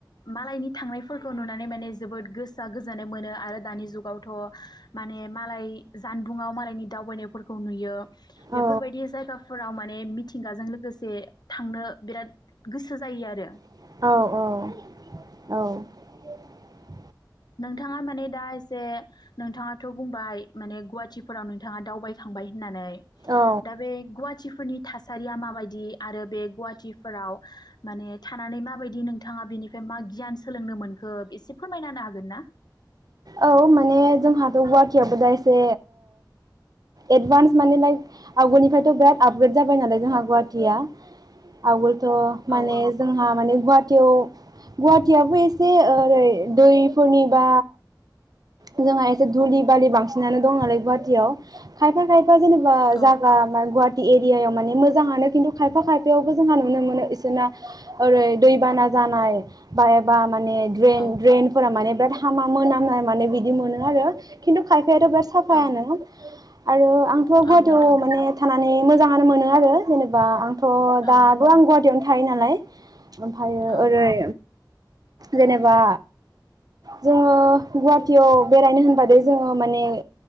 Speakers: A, on the left (about 65°); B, on the right (about 55°).
A: मालायनि थांनायफोर खौ नुनानै माने जोबोद गोसोआ गोजोननाय मोनो आरो दानि जुगावथ' माने मालाय जानबुंङाव मालायनि दावबायनायफोरखौ नुयो। बेफोरबायदि
B: औ
A: जायगाफोराव म माने मिथिंगाजों लोगोसे थांनो बिराद गोसो जायो आरो
B: औ औ औ
A: नोंथाङा माने दा जे नोंथाङाथ' बुंबाय माने गुवाहाटिफोराव नोंथाङा दावबायखांबाय होननानै
B: औ
A: दा बे गुवाहाटिफोरनि थासारिया माबायदि आरो बे गुवाहाटिफोराव माने थानानै माबायदि नोंथाङा बेनिफ्राय मा गियान सोलोंनो मोनखो एसे फोरमायना हागोन हागोनना
B: औ माने जोंहाथ' गुवाहाटिआवबो दा एसे एडभान्स माने लाइक आवगोलनिफ्रायथ' बिराद आपग्रेड जाबाय नालाय जोंहा गुवाहाटिया आवगोल थ' माने
A: औ औ
B: जोंहा माने गुवाट <unintelligible> गुवाहाटियाबो एसे ओरै दैफोरनि बा जोंहा एसे धुलि बालि बांसिनानो दं नालाय गुवाहाटियाव खायफा खायफा जेनेबा
A: औ
B: जागा गुवात एरियायाव माने मोजाङानो खिन्थु खायफा खायफायावबो जोंहा नुनो मोनो इसोरना ओरै दैबाना जानाय बा एबा माने द्रेन
A: औ
B: ड्रेन फोरा माने बिराद हामा मोनामनाय माने बिदि मोनो आरो खिनथु बेेर एबार साफायानो
A: औ
B: आरो आंथ' गुवाहाटियाव
A: औ नोंथां
B: माने थाना माने मोजाङानो मोनो आरो जेनेबा आं थ' दाथ'
A: औ
B: आं गुवाटियावनो थायो नालाय ओमफ्रायो
A: औ
B: ओरै जेनेबा जोङो गुवा टयाव बेरायनो होनबथाय जोङो माने